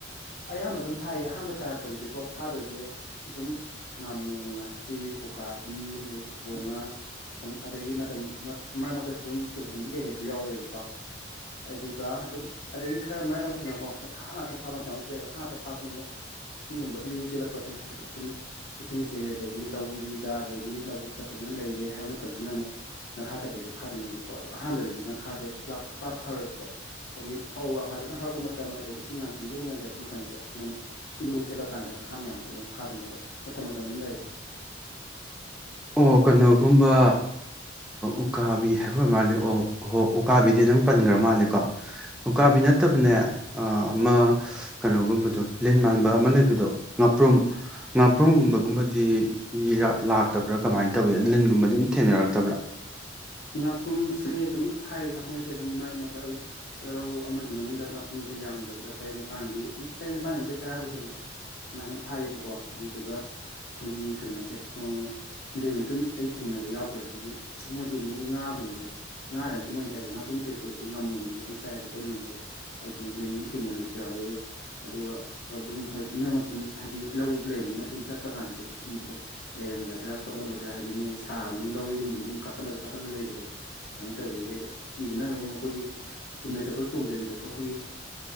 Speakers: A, on the left; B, in the centre.
A: ꯑꯌꯥꯝꯕ ꯑꯗꯨꯝ ꯐꯥꯏꯌꯦ ꯑꯍꯥꯟꯕ ꯇꯥꯔꯛꯄꯗꯗꯤꯀꯣ ꯐꯥꯗꯣꯏꯁꯦ ꯑꯗꯨꯝ ꯉꯥꯃꯨ ꯉꯥꯥꯆꯤꯛ ꯎꯀꯥꯕꯤ ꯑꯗꯒꯤ ꯐꯕꯧꯡ ꯉꯥ ꯁꯝ ꯑꯗꯒꯤ ꯃꯇꯝ ꯃꯔꯛ ꯃꯔꯛꯇꯁꯨ ꯑꯗꯨꯝ ꯇꯨꯡꯍꯟꯕꯤ ꯀꯩꯀꯩꯁꯨ ꯌꯥꯎꯔꯛꯑꯦꯕꯀꯣ ꯑꯗꯨꯒ ꯑꯗꯨꯝ ꯑꯗꯒꯤ ꯈꯔ ꯃꯔꯛ ꯑꯃꯁꯤꯅ ꯑꯃꯨꯀꯣ ꯉꯈꯥ ꯉꯥꯛꯇ ꯐꯥꯕ ꯃꯇꯝ ꯑꯃꯁꯨ ꯂꯩ ꯉꯥꯈꯥ ꯉꯥꯛꯇ ꯐꯥꯕꯁꯤꯅ ꯑꯃꯨꯛ ꯏꯁꯤꯡꯒꯨꯝꯕ ꯏꯔꯨ ꯆꯦꯜꯂꯛꯄꯁꯦ ꯍꯥꯏꯕꯗꯤ ꯁꯨꯝ ꯏꯁꯤꯡꯁꯦ ꯑꯗꯒꯤ ꯂꯧꯔꯤꯗ ꯑꯗꯒꯤ ꯂꯧꯕꯨꯛꯇ ꯐꯖꯅ ꯂꯩꯔꯦ ꯍꯥꯏꯕ ꯃꯇꯝꯁꯤꯅ ꯑꯃꯨꯛ ꯉꯈꯥ ꯀꯩꯀꯩꯁꯦ ꯐꯥꯗꯣꯏꯅꯦꯕꯀꯣ ꯑꯗꯣ ꯑꯍꯥꯟꯕꯗꯗꯤ ꯉꯈꯥꯁꯦ ꯁꯨꯂꯥꯞ ꯁꯨꯐꯥ ꯐꯥꯔꯣꯏꯕꯀꯣ ꯑꯗꯩ ꯐꯧꯀ ꯐꯖꯅ ꯍꯧꯔꯛꯄ ꯃꯇꯝ ꯑꯗꯒꯤ ꯏꯁꯤꯡꯒꯥꯁꯦ ꯂꯦꯡꯗꯅ ꯂꯩꯔꯛꯄ ꯃꯇꯝꯁꯦ ꯑꯁꯤꯅ ꯑꯃꯨꯛ ꯏꯔꯨ ꯆꯠꯂꯀꯥꯟꯗ ꯉꯥꯈꯥ ꯃꯌꯥꯝꯁꯦ ꯑꯃꯨꯛ ꯐꯥꯗꯣꯏꯅꯦꯕ ꯃꯇꯝ ꯃꯇꯝ ꯑꯗꯨꯝ ꯂꯩꯔꯦ
B: ꯑꯣ ꯀꯩꯅꯣꯒꯨꯝꯕ ꯎꯀꯥꯕꯤ ꯍꯥꯏꯐ ꯃꯥꯜꯂꯦ ꯑꯣ ꯍꯣ ꯎꯀꯥꯕꯤꯗꯤ ꯅꯪ ꯄꯟꯈ꯭ꯔ ꯃꯥꯜꯂꯦꯀꯣ ꯎꯀꯥꯕꯤ ꯅꯠꯇꯕꯅꯦ ꯑꯃ ꯀꯩꯅꯣꯒꯨꯝꯕꯗꯣ ꯂꯤꯟ ꯃꯥꯟꯕ ꯑꯃ ꯂꯩꯕꯗꯣ ꯉꯥꯄ꯭ꯔꯨꯝ ꯉꯥꯄ꯭ꯔꯨꯝꯒꯨꯝꯕꯒꯨꯝꯕꯗꯤ ꯃꯤꯔ ꯂꯛ ꯇꯕ꯭ꯔꯥ ꯀꯃꯥꯏꯅ ꯇꯧꯋꯤ ꯂꯤꯟꯒꯨꯝꯕꯗꯤ ꯑꯗꯨꯝ ꯊꯦꯡꯅꯔꯛꯇꯕ꯭ꯔꯥ
A: ꯉꯥꯄ꯭ꯔꯨꯝꯁꯦ ꯑꯗꯨꯝ ꯐꯥꯏꯌꯦ ꯉꯥꯄ꯭ꯔꯨꯝꯁꯦ ꯑꯗꯨꯝ ꯃꯔꯛ ꯃꯔꯛꯇ ꯑꯗꯨꯝ ꯔꯧ ꯑꯃꯒꯤ ꯃꯅꯨꯡꯗ ꯉꯥꯄꯨꯝꯁꯦ ꯌꯥꯝꯗ꯭ꯔꯕꯗ ꯇꯔꯦꯠ ꯅꯤꯄꯥꯜꯗꯤ ꯇꯔꯦꯠ ꯅꯤꯄꯥꯜ ꯅꯠꯇꯦ ꯇꯔꯥꯕꯨ ꯍꯦꯜꯂꯤꯗ ꯑꯗꯨꯨꯃꯥꯏꯅ ꯐꯥꯏꯌꯦꯕꯀꯣ ꯑꯗꯨꯗꯨꯒ ꯑꯩꯈꯣꯏꯒꯤ ꯀꯩꯅꯣꯁꯦ ꯂꯦꯟꯁꯨꯝ ꯑꯩ ꯊꯦꯡꯅꯕ ꯌꯥꯎꯈ꯭ꯔꯦ ꯍꯥꯏꯕꯗꯤ ꯃꯣꯏ ꯍꯥꯏꯗꯤ ꯑꯃꯨꯛ ꯉꯥꯒꯨꯝꯕꯁꯦ ꯉꯥꯗ ꯅꯠꯇꯦ ꯃꯣꯏꯅ ꯆꯥꯏꯁꯦ ꯉꯥꯄꯔꯨꯝ ꯀꯩꯀꯩ ꯑꯗꯗꯒꯤ ꯉꯥꯃꯨꯒꯨꯝꯕꯁꯦ ꯌꯥꯝ ꯆꯥꯏꯕꯀꯣ ꯂꯤꯟꯁꯦ ꯑꯗꯨꯅ ꯂꯤꯟ ꯑꯗꯨꯝ ꯊꯦꯡꯅꯕꯁꯨ ꯌꯥꯎꯋꯦ ꯑꯗꯨꯒ ꯑꯗꯨꯝ ꯍꯣꯏ ꯃꯔꯛ ꯃꯔꯛꯇ ꯑꯗꯨꯝ ꯍꯥꯏꯗꯤ ꯂꯧꯗ ꯂꯩꯕꯅꯤꯅ ꯑꯗꯨꯝ ꯆꯠꯄ ꯀꯥꯟꯗꯁꯨ ꯀꯤꯕꯗꯣ ꯂꯩꯔꯝꯒꯗ꯭ꯔꯥ ꯈꯣꯠꯂꯝꯒꯗ꯭ꯔꯥ ꯍꯥꯏꯗꯤ ꯃꯣꯏꯁꯨ ꯁꯥꯕꯅꯤꯅ ꯂꯧꯔꯤꯒꯨꯝꯕ ꯑꯗꯨꯝ ꯀꯥꯈꯠꯂ ꯀꯥꯈꯠꯂꯒ ꯂꯩꯕꯗꯣ ꯑꯗꯨꯃꯥꯏꯅ ꯇꯧꯕꯒꯤ ꯑꯩꯗꯣ ꯀꯤꯗꯅ ꯑꯗꯨꯝ ꯑꯩꯈꯣꯏꯒꯤ ꯆꯨꯅ ꯆꯄꯜ ꯇꯣꯡꯗꯕꯤꯗꯀꯣ ꯑꯩꯈꯣꯏꯒꯤ